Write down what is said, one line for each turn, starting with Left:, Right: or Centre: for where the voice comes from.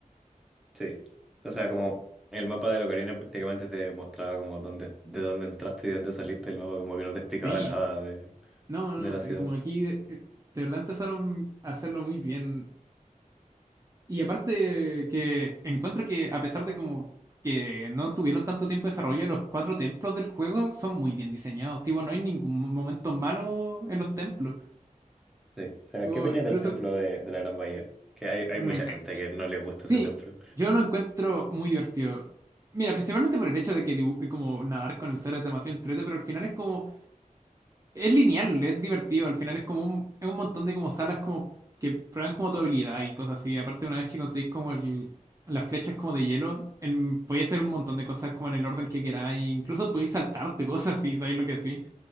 Centre: Sí. O sea, como el mapa de la Ocarina prácticamente te mostraba como dónde, de dónde entraste y de dónde saliste, el mapa como que no te explicaba
Right: Sí.
Centre: nada de,
Right: No, no,
Centre: de la ciudad.
Right: eh, como aquí, eh, de verdad empezaron a hacerlo muy bien. Y aparte que encuentro que a pesar de como que no tuvieron tanto tiempo de desarrollo, los cuatro templos del juego son muy bien diseñados. Tipo, no hay ningún mo- momento malo en los templos.
Centre: Sí. O sea,
Right: Tipo,
Centre: ¿qué viene
Right: incluso
Centre: del templo de, de la Gran Bahía? Que hay, hay
Right: me
Centre: mucha
Right: encanta.
Centre: gente que no le gusta ese
Right: Sí,
Centre: templo.
Right: yo lo encuentro muy divertido. Mira, principalmente por el hecho de que dibu- como nadar con el suelo es demasiado entrete, pero al final es como Es lineal, es divertido. Al final es como un, es un montón de como salas como que prueban como tu habilidad y cosas así. Aparte, una vez que conseguís como el, las flechas como de hielo, el, podéis hacer un montón de cosas como en el orden que queráis. Incluso podéis saltarte <laughs> cosas así, ¿sabéis lo que sí